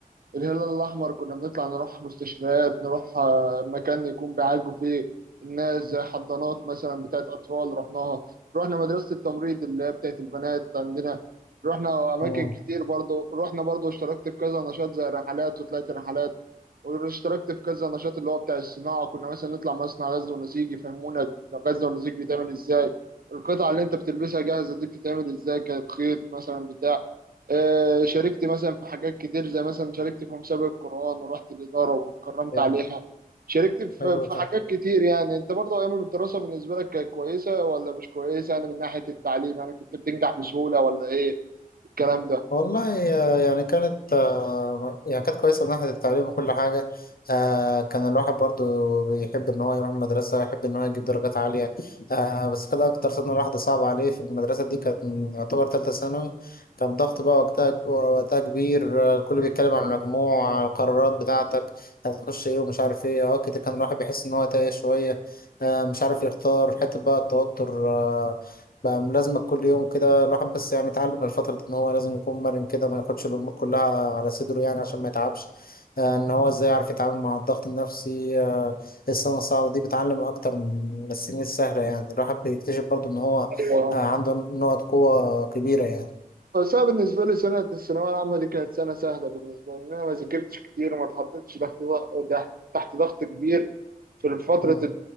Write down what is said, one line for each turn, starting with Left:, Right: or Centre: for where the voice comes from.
Right: الهلال الأحمر كنا بنطلع نروح مستشفيات نروح آه، مكان يكون بيعالجوا فيه الناس زي حضانات مثلا بتاعت أطفال رحناها رحنا مدرسة التمريض اللي هي بتاعت البنات عندنا رحنا أماكن
Left: مم.
Right: كتير برضو رحنا برضو اشتركت في كذا نشاط زي رحلات وطلعت رحلات واشتركت في كذا نشاط اللي هو بتاع الصناعة كنا مثلا نطلع مصنع غزل ونسيج يفهمونا غزل ونسيج بيتعمل ازاي القطعة اللي انت بتلبسها جاهزة دي بتتعمل ازاي كانت خيط مثلا بتاع آه، شاركت مثلا في حاجات كتير زي مثلا شاركت في مسابقة قرآن ورحت الإدارة واتكرمت
Left: يعني
Right: عليها شاركت في
Left: حلو
Right: في حاجات
Left: ده
Right: كتير يعني انت برضه ايام الدراسة بالنسبة لك كانت كويسة ولا مش كويسة يعني من ناحية التعليم يعني كنت بتنجح بسهولة ولا ايه الكلام ده
Left: والله آه، يعني كانت آه، يعني كانت كويسة من ناحية التعليم وكل حاجة آه، كان الواحد برضو بيحب إن هو يروح المدرسة يحب إن هو يجيب درجات عالية آه، بس كده أكتر سنة الواحد صعب عليه في المدرسة دي كانت يعتبر تالتة ثانوي كان ضغط بقى وقتها وقتها كبير آه، الكل بيتكلم عن المجموع على القرارات بتاعتك هتخش إيه ومش عارف إيه أوقات كتير كان الواحد بيحس إن هو تايه شوية آه، مش عارف يختار حتة بقى التوتر آه، بقى ملازمك كل يوم كده الواحد بس يعني اتعلم من الفترة دي ان هو لازم يكون مرن كده ما ياخدش الامور كلها على صدره يعني عشان ما يتعبش آه ان هو ازاي يعرف يتعامل مع الضغط النفسي آه السنة الصعبة دي بتعلم اكتر من السنين السهلة يعني الواحد بيكتشف برضه ان هو
Right: ايوه
Left: آه عنده نقط قوة كبيرة يعني
Right: بس انا بالنسبة لي سنة الثانوية العامة دي كانت سنة سهلة بالنسبة لي لأن انا ما ذاكرتش كتير وما اتحطيتش تحت ضغط تحت ضغط كبير في فترة
Left: مم.